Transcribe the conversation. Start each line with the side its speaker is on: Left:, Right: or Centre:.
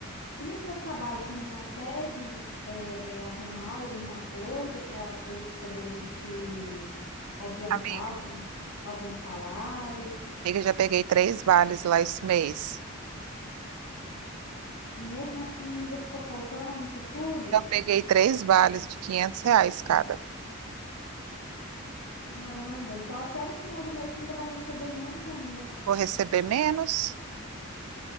Left: e no seu trabalho, você não consegue, é, arrumar uma coisa para eles poderem te adiantar
Right: Amiga.
Left: algum, algum salário?
Right: Amiga, eu já peguei três vales lá esse mês.
Left: Mesmo assim, ainda ficou faltando isso tudo?
Right: Eu peguei três vales de 500 reais cada.
Left: Caramba, então até no final do mês você ainda vai receber menos ainda.
Right: Vou receber menos?